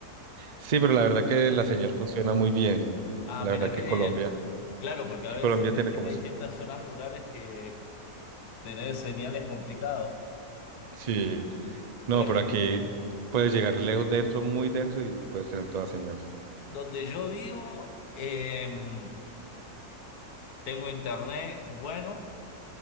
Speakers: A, on the right; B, on the left.
A: Sí, pero la verdad que la señal funciona muy bien.
B: Ah,
A: La
B: mirá
A: verdad que
B: qué bien.
A: Colombia,
B: Claro, porque
A: que
B: a veces,
A: Colombia
B: viste
A: tiene como
B: que hay
A: eso.
B: ciertas zonas rurales que tener señal es complicado.
A: Sí, no,
B: Por ejemplo,
A: pero aquí puedes llegar lejos dentro, muy dentro y puedes tener toda señal.
B: donde yo vivo, em, Tengo internet bueno,